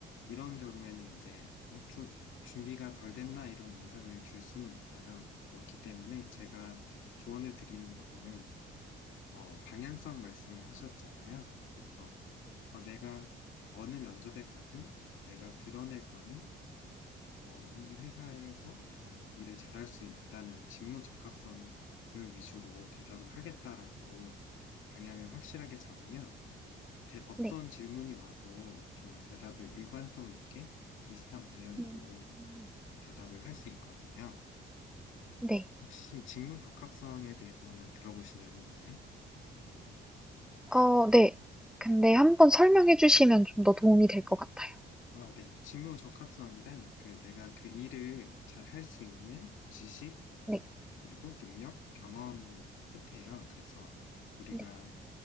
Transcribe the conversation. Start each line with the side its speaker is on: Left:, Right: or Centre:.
Left: 이런 경우에는 이제 어, 주, 준비가 덜 됐나 이런 인상을 줄 수는 있어요. 그렇기 때문에 제가 조언을 드리는 거는 어, 방향성 말씀을 하셨잖아요. 그래서 어, 내가 어느 면접에 가든 내가 드러낼 거는 어, 이 회사에서 내가 일을 잘할 수 있다는 직무 적합성을 위주로 대답을 하겠다라고 방향을 확실하게 잡으면 대- 어떤
Centre: 네.
Left: 질문이 와도 좀 대답을 일관성 있게 비슷한 방향으로
Centre: 음,
Left: 어, 대답을 할 수 있거든요.
Centre: 네.
Left: 혹시 직무 적합성에 대해서는 들어보신 적이 있나요?
Centre: 어, 네. 근데 한번 설명해 주시면 좀 더 도움이 될 것 같아요.
Left: 아, 네. 직무 적합성이란 그 내가 그 일을 잘할 수 있는 지식,
Centre: 네,
Left: 그리고 능력, 경험을 뜻해요. 그래서 우리가
Centre: 네,